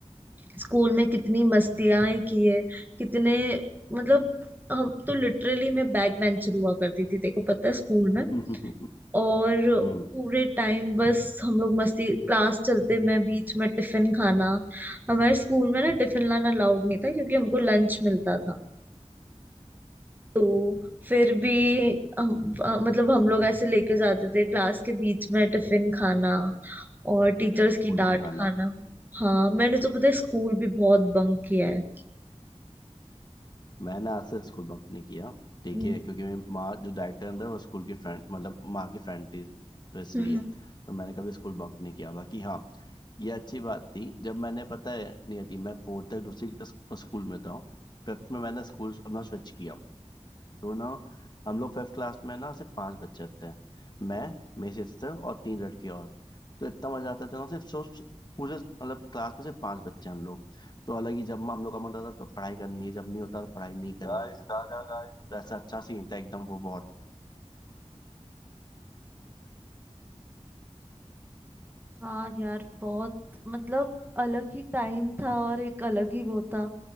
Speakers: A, on the right (about 15°); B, on the left (about 40°).
A: स्कूल में कितनी मस्तियां की है कितने मतलब हम तो लिटरली मैं बैक बेंचर हुआ करती थी तेको पता है स्कूल में
B: <laughs> हम्म
A: और
B: हम्म
A: पूरे टाइम बस हम लोग मस्ती क्लास चलते में बीच में टिफिन खाना हमारे स्कूल में ना टिफिन लाना अलाउड नहीं था क्योंकि हमको लंच मिलता था तो फिर भी हम- अ, मतलब हम लोग ऐसे लेके जाते थे क्लास के बीच में टिफिन खाना और टीचर्स की
B: खोल
A: डांट
B: के खाना
A: खाना हाँ मैंने तो पता है स्कूल भी बहुत बंक किया है
B: मैंने आज से स्कूल बंक नहीं किया ठीक
A: हम्म
B: है क्योंकि मेरी माँ जो डायरेक्टर अंदर वो स्कूल की फ्रेंड मतलब माँ की फ्रेंड थी तो इसलिए
A: हम्म।
B: तो मैंने कभी स्कूल बंक नहीं किया बाकी हाँ ये अच्छी बात थी जब मैंने पता है नहीं थी मैं फोर्थ तक दूसरी स्क- स्कूल में था फिफ्थ में मैंने स्कूल अपना स्विच किया तो ना हम लोग फिफ्थ क्लास में ना सिर्फ पांच बच्चे थे मैं मेरी सिस्टर और तीन लड़के और तो इतना मजा आता था ना सिर्फ सोच पूरे मतलब क्लास में सिर्फ पांच बच्चे हैं हम लोग तो अलग ही जब हम लोग का मन होता था तो पढ़ाई करनी है जब नहीं होता तो पढ़ाई नहीं करनी गाइस है गागा गाइस तो ऐसा अच्छा सीन था एकदम वो बहुत
A: हाँ यार बहुत मतलब अलग ही टाइम था और एक अलग ही वो था